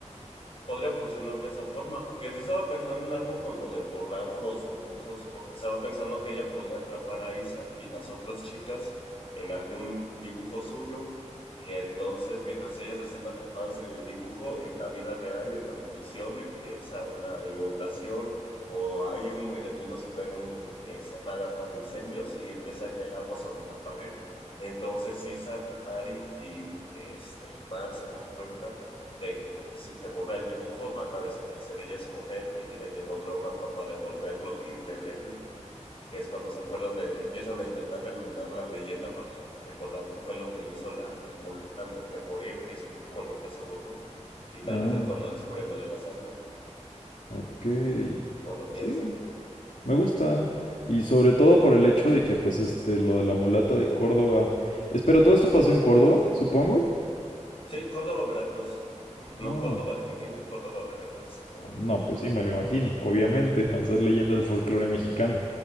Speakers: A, on the left; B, on the left.
A: Podría funcionar de esa forma, porque así estaba pensando en algo con lo de borrar los dibujos, porque estaba pensando que ella podría atrapar a Isa y las otras chicas en algún dibujo suyo, y entonces mientras ellas están atrapadas en el dibujo, en la vida real, en la habitación, empieza una inundación o hay humo y de pronto se prende un, esta, una alarma de incendios y empieza a caer agua sobre la pared. Entonces Isa, Ari y este, Mar se dan cuenta de que si se borra el dibujo van a desaparecer ellas con él y tienen que encontrar una forma de volverlo indeleble, que es cuando se acuerdan de, empiezan a intentar remembrar la leyenda para recordar qué fue lo que hizo la, la mula antes de morir, que su dibujo nunca se borró, y tal
B: Ah,
A: vez es cuando descubren lo de la sangre,
B: ok. ok.
A: o lo piensan.
B: Sí, Me gusta. Y sobre todo por el hecho de que, pues, este, lo de la mulata de Córdoba. Espera, ¿todo esto pasó en Córdoba, supongo?
A: Sí, Córdoba, Veracruz. Ujú. No
B: Ah.
A: Córdoba, Argentina, Córdoba, Veracruz.
B: No, pues sí, me lo imagino, obviamente, al ser leyenda del folclore mexicano.